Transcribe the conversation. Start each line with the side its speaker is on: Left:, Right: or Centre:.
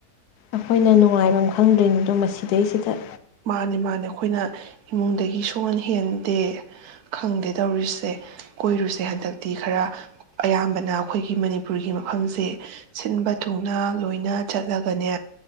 Left: ꯑꯩꯈꯣꯏꯅ ꯅꯨꯡꯉꯥꯏꯕꯝ ꯈꯪꯗꯔꯤꯅꯤꯗꯣ ꯃꯁꯤꯗꯩꯁꯤꯗ
Right: ꯃꯥꯅꯦ ꯃꯥꯅꯦ ꯑꯩꯈꯣꯏꯅ ꯏꯃꯨꯡꯗꯒꯤ ꯁꯣꯛꯍꯟ ꯍꯦꯟꯗꯦ ꯈꯪꯗꯦ ꯇꯧꯔꯤꯁꯦ ꯀꯣꯏꯔꯨꯁꯦ ꯍꯟꯗꯛꯇꯤ ꯈꯔ ꯑꯌꯥꯝꯕꯅ ꯑꯩꯈꯣꯏꯒꯤ ꯃꯅꯤꯄꯨꯔꯒꯤ ꯃꯐꯝꯁꯦ ꯁꯤꯟꯕ ꯊꯨꯡꯅ ꯂꯣꯏꯅ ꯆꯠꯂꯒꯅꯦ